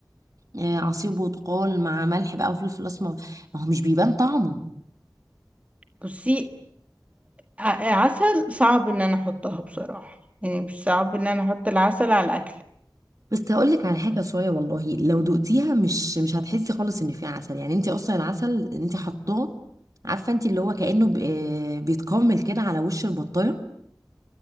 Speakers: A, on the right; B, on the right.
A: آه، عصير برتقال مع ملح بقى وفلفل اسمر ما هو مش بيبان طعمه
B: بصي ع- عسل صعب ان انا احطها بصراحة يعني مش صعب ان انا احط العسل على الاكل
A: بس هقول لك على حاجه صويا والله لو دقتيها مش مش هتحسي خالص ان فيها عسل يعني انت اصلا العسل انت حطاه عارفه انت اللي هو كانه ب- آه، بيتكرمل كده على وش البطايه